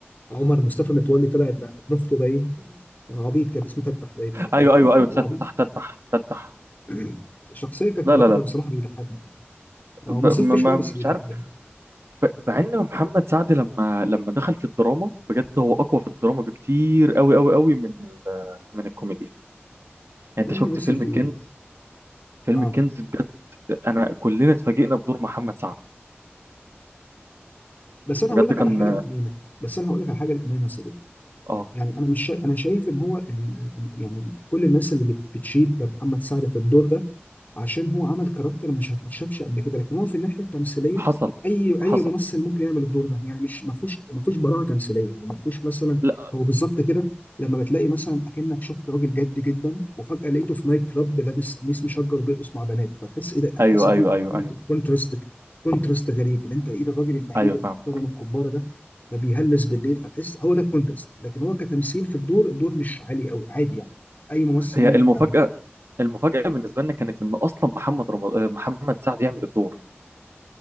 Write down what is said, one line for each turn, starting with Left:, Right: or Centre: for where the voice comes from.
Left: عمر مصطفى متولي طلع ابن ابن اخته باين كان عبيط كان اسمه تفتح باين عليه
Right: ايوه
Left: كان فيلم
Right: ايوه
Left: فيلم
Right: ايوه تتح
Left: عبيط
Right: تتح تتح
Left: <clears throat> شخصيه كان
Right: لا
Left: كاركتر
Right: لا لا
Left: بصراحه بيضحكني هو
Right: ب...
Left: مصف
Right: ما
Left: شويه
Right: ما-
Left: بس
Right: مش
Left: بيضحك
Right: عارف
Left: يعني
Right: ب... مع ان محمد سعد لما لما دخل في الدراما بجد هو اقوى في الدراما بكتير قوي قوي قوي من ال... من الكوميديا يعني انت
Left: لا هو
Right: شفت
Left: ممثل
Right: فيلم
Left: تقيل
Right: الكنز فيلم
Left: اه
Right: الكنز بجد انا كلنا اتفاجئنا بدور محمد سعد
Left: بس انا
Right: بجد
Left: هقول لك
Right: كان
Left: على حاجه الامانه بس انا هقول لك على حاجه الامانه يا صديقي.
Right: اه
Left: يعني انا مش شا- انا شايف ان هو ال- ال- يعني كل الناس اللي بت- بتشيد بمحمد سعد في الدور ده عشان هو عمل كاركتر مش ما اتشافش قبل كده لكن هو في الناحيه التمثيليه
Right: حصل
Left: اي اي
Right: حصل
Left: ممثل ممكن يعمل الدور ده يعني مش ما فيهوش ما فيهوش براعه تمثيليه يعني ما فيهوش مثلا
Right: لا
Left: هو بالظبط كده لما بتلاقي مثلا اكنك شفت راجل جد جدا وفجاه لقيته في نايت كلاب لابس قميص مشجر بيرقص مع بنات فتحس ايه ده هتحس
Right: ايوه
Left: فيه
Right: ايوه ايوه ايوه
Left: كونتراست كونتراست غريب اللي انت ايه ده الراجل المهيب
Right: ايوه
Left: المحترم
Right: فاهم
Left: الكباره ده فبيهلس بالليل فتحس هو ده الكونتراست لكن هو كتمثيل في الدور الدور مش عالي قوي عادي يعني اي ممثل
Right: هي
Left: ممكن
Right: المفاجاه
Left: يعمله
Right: المفاجاه بالنسبه لنا كانت ان اصلا محمد رمضان محمد سعد يعمل الدور